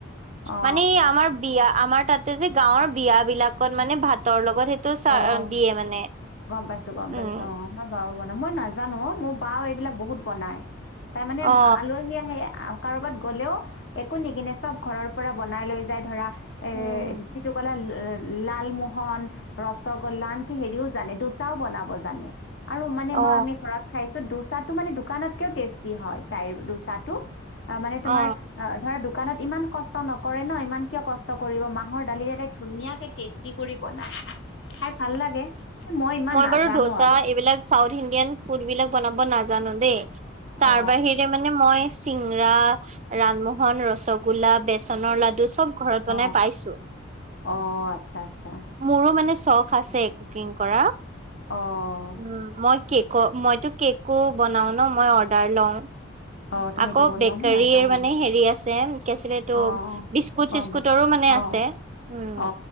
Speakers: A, on the left; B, on the right.
A: অ
B: মানে আমাৰ বিয়া আমাৰ তাত যে গাঁৱৰ বিয় বিলাকত মানে ভাতৰ লগত সেইটো চ
A: অ
B: দিয়ে মানে
A: গম পাইছো গম
B: উম
A: পাইছো অ আ মমাৰ বাও বনাই মই নাজানো অ মোৰ বাও এইবিলাক বহুত বনাই তাই মানে
B: অ
A: আলহী আহি কাৰোবাত গ'লেও একো নিকনে চব ঘৰৰ পৰা বনাই লৈ যায় ধৰা এ
B: উম
A: যিটো কলা লালমোহন ৰসগোল্লা আন কি হেৰিও জানে দুচাও বনাব জানে আৰু মানে
B: অ
A: খাইছো দোচাটো মানে দোকানতকৈ টেষ্টি হয় তাইৰ দোচটো। মানে তোমাৰ
B: অ
A: ধৰা দোকানত ইমান কষ্ট নকৰে ন। ইমান কিয় কষ্ট কৰিব মাহৰ দালি এটা ধুনীয়াকে টেষ্ট। কি কৰি বনাই? খাই ভাল লাগে। এ ইমান
B: মই
A: নাজানো
B: বাৰু ধোচা
A: আৰু
B: এইবিলাক চাউথ ইণ্ডিয়ান ফুডবিলাক বনাব নাজানো দেই। তাৰ
A: অ
B: বাহিৰে মানে মানে মই চিঙৰা, লালমোহন, ৰসগোল্লা, বেচ চনৰ লাডু চব ঘৰত
A: অ
B: বনাই পাইছোঁ।
A: অ আচ্ছা আচ্ছা
B: মোৰো মানে চখ আছে কুকিং কৰা।
A: অ!
B: উম! মই কেক মইতো কেকো বনাও ন মই অৰ্ডাৰ লওঁ।
A: অ তুমি
B: আকৌ
A: এইটো বনোৱা
B: বেকাৰীৰ
A: মই নাজানো
B: মানে হেৰি আছে কি আছিল এইটো
A: অ
B: বিচ বিস্কুট-চিস্কুটৰো
A: গম পাই
B: মানে
A: অ
B: আছে উম।
A: অ